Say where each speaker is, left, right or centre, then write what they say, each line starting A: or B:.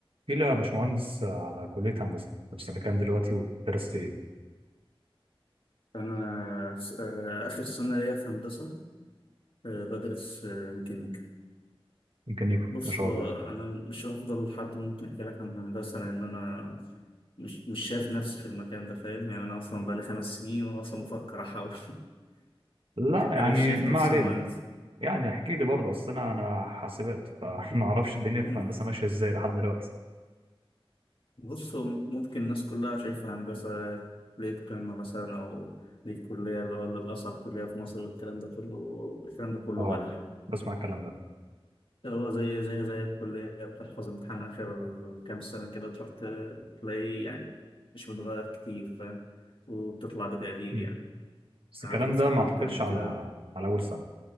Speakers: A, on the right; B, on the left.
A: في لا باشمهندس على كلية هندسة في سنة كام دلوقتي وفي درستين
B: أنا س- آه، آخر سنة ليا في هندسة آه، بدرس آه، ميكانيكا
A: ميكانيكا
B: بص
A: ما شاء
B: هو
A: الله
B: أنا مش هفضل حد ممكن أحكي لك عن هندسة لأن أنا مش مش شايف نفسي في المكان ده فاهم يعني أنا أصلا بقالي خمس سنين وأنا أصلا بفكر أحول
A: لا
B: <laughs>
A: يعني
B: أنا مش شايف
A: ما
B: نفسي
A: علينا
B: مهندس
A: يعني احكي لي برضه اصل انا انا حاسبات فما <laughs> اعرفش الدنيا
B: مم.
A: في الهندسة ماشية ازاي لحد دلوقتي
B: بص هو ممكن الناس كلها شايفة هندسة كلية قمة مثلا أو دي الكلية اللي هو اللي بأصعب كلية في مصر والكلام ده كله الكلام ده كله
A: اه
B: بلح
A: بسمع الكلام ده
B: هو زي زيها زي الكلية بتحفظ امتحان آخر كام سنة كده تروح ت- تلاقيه يعني مش متغير كتير فاهم وبتطلع بتقدير
A: مم.
B: يعني
A: بس الكلام
B: أعرف ناس
A: ده
B: كتير
A: ما اعتقدش
B: بتعمل كده
A: على على اول سنة